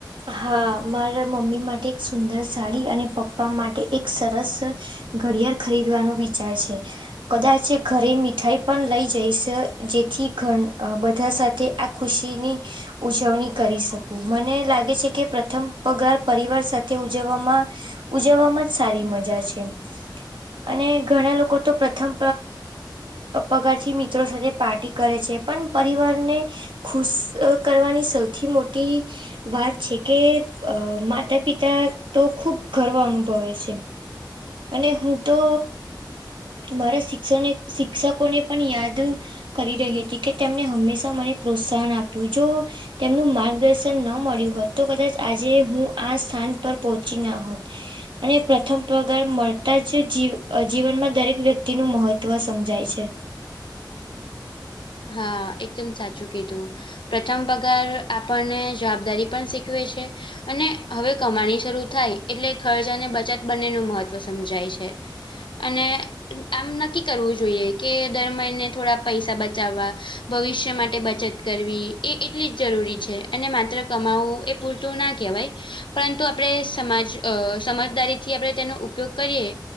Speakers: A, on the right (about 85°); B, on the left (about 80°).
A: હા મારા મમ્મી માટે એક સુંદર સાડી અને પપ્પા માટે એક સરસ ઘડિયાળ ખરીદવાનો વિચાર છે. કદાચ એ ઘરે મીઠાઈ પણ લઈ જઈશ, જેથી ધરે બધા સાથે આ ખુશીની ઉજવણી કરી શકું. મને લાગે લાગે છે કે પ્રથમ પગાર પરિવાર સાથે ઉજવામાં ઉજવવામાં જ સારી મજા છે. અને ઘણા લોકો તો પ્રથમ પગારની મિત્રો સાથે પાર્ટી કરે છે, પણ પરિવારને ખુશ કરવાની સૌથી મોટી વાત છે કે માતા-પિતા તો ખુબ ગર્વ અનુભવે છે. અને હું તો મારા શિક્ષણને શિક્ષકોને પણ યાદ કરી રહી હતી કે તેમને હંમેશા મને પ્રોત્સાહન આપ્યું જો તેમનું માર્ગદર્શન ન મળ્યું હોત તો કદાચ આજે હું આ સ્થાન પર પહોંચી ના હોત. અને પ્રથમ પગાર મળતા જ જીવ જીવનમાં દરેક વ્યક્તિનું મહત્વ સમજાય છે.
B: હા એકદમ સાચું કીધું. પ્રથમ પગાર આપડને જવાબદારી પણ શીખવે છે. અને હવે કમાણી શરૂ થાય એટલે ખર્ચ અને બચત બંનેનું મહત્વ સમજાય છે. અને આમ નક્કી કરવું જોઈએ કે દર મહિને થોડા પૈસા બ ચાવવા ભવિષ્ય માટે બચત કરવી એ એટલી જ જરૂરી છે, અને માત્ર કમાવું એ પૂરતું ના કેવાય પરંતુ આપડે સમાજ અ સમાજદારીથી આપડે તેનો ઉપયોગ કરીએ